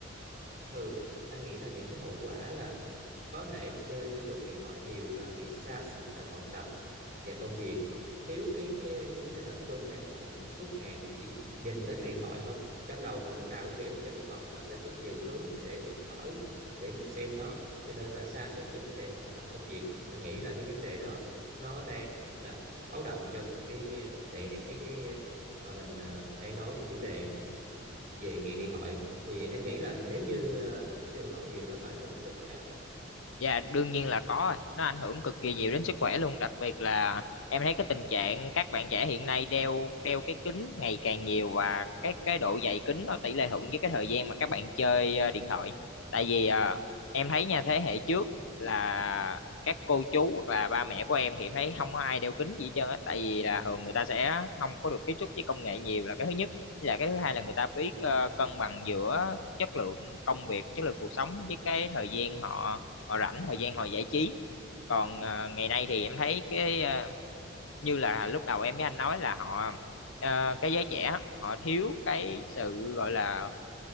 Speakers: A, on the right (about 35°); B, on the left (about 75°).
A: ừ anh nghĩ là những cái hậu quả là có thể chơi sử dụng điện thoại nhiều là bị sa sút trong học tập và công việc thiếu cái cái vấn đề tập trung ấy. mình chỉ suốt ngày mình chỉ nhìn tới cái điện thoại thôi trong đầu mình lúc nào cũng nghĩ là trên điện thoại nó sẽ có nhiều thứ để mình mở để mình xem nó cho nên là sa sút trong vấn đề học tập công việc anh nghĩ là cái vấn đề đó nó đang là báo động trong cái tại cái cái mà mình ờ, đang nói cái chủ đề về nghiện điện thoại thì em nghĩ là nếu như ờ, sử dụng điện thoại nhiều nó có ảnh hưởng đến sức khỏe không?
B: Dạ đương nhiên là có rồi. Nó ảnh hưởng cực kỳ nhiều đến sức khỏe luôn, đặc biệt là em thấy cái tình trạng các bạn trẻ hiện nay đeo đeo cái kính ngày càng nhiều và cái cái độ dày kính nó tỷ lệ thuận với cái thời gian mà các bạn chơi ờ, điện thoại. Tại vì ờ, em thấy nha thế hệ trước là các cô chú hoặc là ba mẹ của em thì em thấy không có ai đeo kính gì hết trơn á tại vì là thường người ta sẽ không có được tiếp xúc với công nghệ nhiều là cái thứ nhất Với lại cái thứ hai là người ta biết
A: Ừ.
B: ờ, cân bằng giữa chất lượng công việc chất lượng cuộc sống với cái thời gian họ họ rảnh thời gian họ giải trí còn ờ, ngày nay thì em thấy cái ờ, như là lúc đầu em với anh nói là họ ờ, cái giới trẻ họ thiếu cái sự gọi là